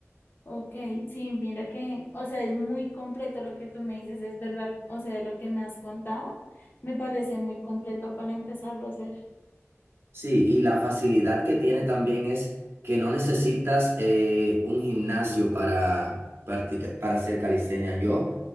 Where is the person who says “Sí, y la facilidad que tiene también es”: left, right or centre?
Right